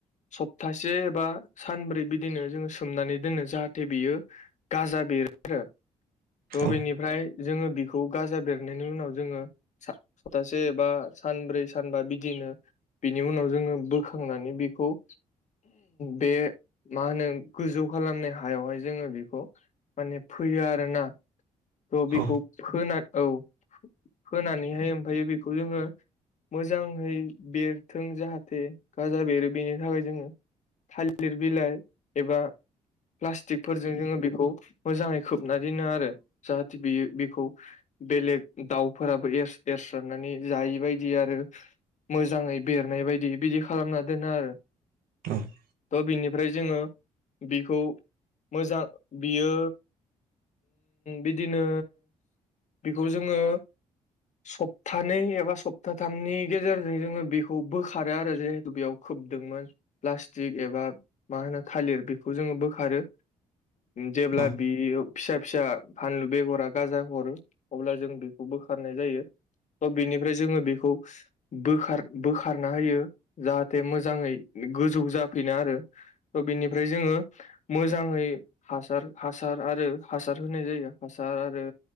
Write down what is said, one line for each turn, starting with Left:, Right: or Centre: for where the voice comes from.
Left: सप्तासे एबा सानब्रै बिदिनो जोंङो सोमनानै दोनो जाहाथे जाथे बियो गाजा बेरो आरो थ'
Right: औ
Left: बिनिफ्राय जोंङो बेखौ गाजा बेरनायनि उनाव जोंङो सप्तासे बा सानब्रै सानबा बिदिनो बिनि उनाव जोंङो बोखांनानै बेखौ बे मा होनो गोजौ खालामनाय होनो हायावहाय जोंङो बेखौ माने फैयो आरोना थ'
Right: औ
Left: बेखौ फोना औ फोनानैहाय ओमफ्राय बेखौ जोङो मोजांङै बेरथों जाहाथे गाजा बेरो बेनि थाखाय जोंङो थालिर बिलाइ एबा प्लास्टिकफोरजों जोंङो बेखौ मोजांङै खोबना दोननो आरो जाहाथे बियो बेखौ बेलेग दाउफोराबो एरस्रनानै जायै बायदि आरो मोजांङै बेरनाय बायदि बिदि खालामना दोनो आरो।
Right: <unintelligible>
Left: थ' बिनिफ्राय जोंङो बिखौ मोजां बियो बिदिनो बेखौ जोंङो सप्तानै एबा सप्ताथामनि गेजेरजों जोंङो बेखौ बोखारो आरो जिहेतु बेयाव खोबदोंमोन प्लास्टिक एबा मा होनो थालिर बेखौ जोंङो बोखारो जेबोब्ला
Right: औ
Left: बियो फिसा फिसा फानलु बेगरा गाजा हरो अब्ला जों बेखौ बोखारनाय जायो। थ' बेनिफ्राय जोंङो बेखौ बोखार बोखारना होयो जाहाथे मोजांङै गोजौ जाफैनो आरो त बिनिफ्राय जोंङो मोजाङै हासार हासार आरो हासार होनाय जायो हासार आरो।